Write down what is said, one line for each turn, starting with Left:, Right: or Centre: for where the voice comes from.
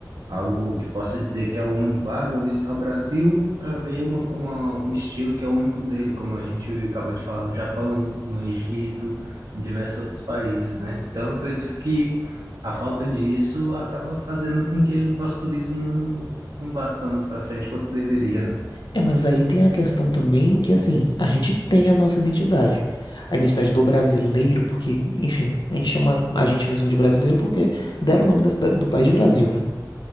Right: algo que possa dizer que é o único. Ah, vou visitar o Brasil para ver uma, uma- um estilo que é o único dele, como a gente acabou de falar no Japão, no Egito, em diversos outros países, né? Então, eu acredito que a falta disso acaba fazendo com que o nosso turismo não, não vá tanto para frente quanto deveria, né?
Left: É, mas aí tem a questão também que, assim, a gente tem a nossa identidade. A identidade do brasileiro, porque, enfim, a gente chama a gente mesmo de brasileiro porque deram o nome da cidade- do país de Brasil, né?